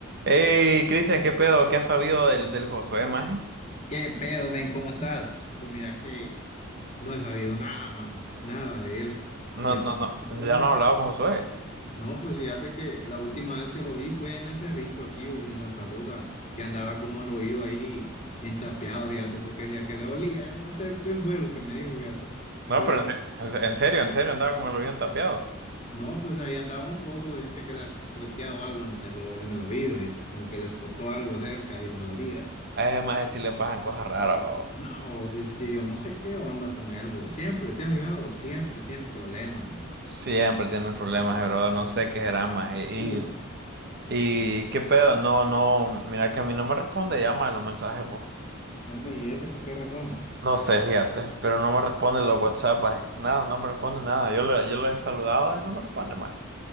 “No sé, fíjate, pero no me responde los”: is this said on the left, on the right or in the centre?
Right